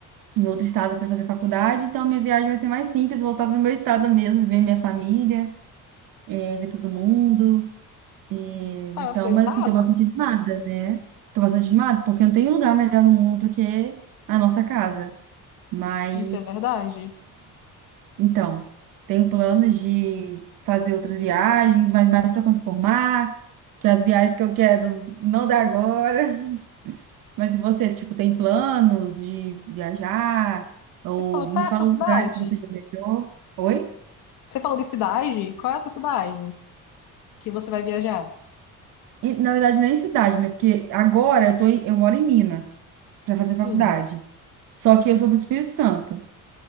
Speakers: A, on the right; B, on the left.
A: em outro estado para fazer faculdade, então minha viagem vai ser mais simples, voltar pro meu estado mesmo, ver minha família, eh, ver todo mundo. eh,
B: Qual
A: então,
B: é o seu estado?
A: mas assim, tô bastante animada, né? Tô bastante animada, porque não tem lugar melhor no mundo do que a nossa casa. Mas...
B: Isso é verdade?
A: Então, tenho planos de fazer outras viagens, mas mais para quando formar, que as viagens que eu quero não dá agora. <laughs> Mas e você, tipo, tem planos de viajar? Ou
B: Você falou qual
A: me
B: é
A: fala
B: a sua
A: os
B: cidade?
A: lugares que você já viajou? Oi?
B: Você falou de cidade? Qual é a sua cidade que você vai viajar?
A: E, na verdade, nem cidade, né? Porque agora eu tô em- eu moro em Minas para fazer
B: Sim.
A: faculdade. Só que eu sou do Espírito Santo,